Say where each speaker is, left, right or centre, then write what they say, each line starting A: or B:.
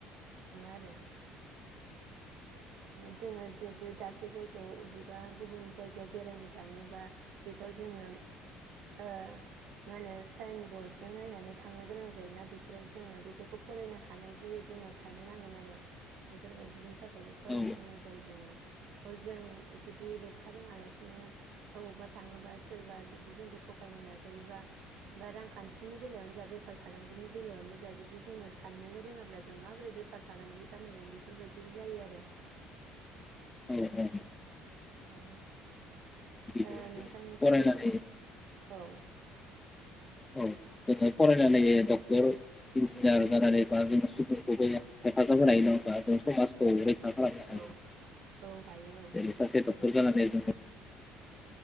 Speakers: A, on the right (about 70°); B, on the left (about 20°).
A: आरो जोङो जिहेतु दाबसे जायगायाव अबेबा गुबुन जायगायाव बेरायनो थाङोबा बेफोर जोङो ओ‌ मा होनो साइन बरर्डजों नायनानै थांनो गोनां जायोना बेफोर फोराव जोङो बेफोरखौ फरायनो हानाय गोहो जोंनाव थानो नांगोन आरो बेफोरबायदिनि थाखाय फरायनो
B: औ
A: गोनां जायो जोङो औ जों जुदि लेखा रोङालासिनो अबावबा थाङोबा सोरबा जुदि जोंखौ थगायनो नाजायोबा बा रांखान्थिनि बेलायावनो जाबाय बेफार फालांगिनि बेलायावनो जाया जुदि जोङो साननो रोङाब्ला जों माबोरै बे बेफार फालांगि बानायगोन बेफोरबायदिबो जायो आरो
B: <unintelligible>
A: औ ओ
B: औ
A: नोंथांनिफ्राय
B: फरायनानै
A: औ
B: औ जोङो फरायनानै डक्टर इन्जिनियार जानानैबा जोङो सुबुंखौबो हेफाजाब होनाय नङाजों समाजखौै
A: औ
B: <unintelligible>
A: औ हायो
B: सासे डक्टर जानानै जों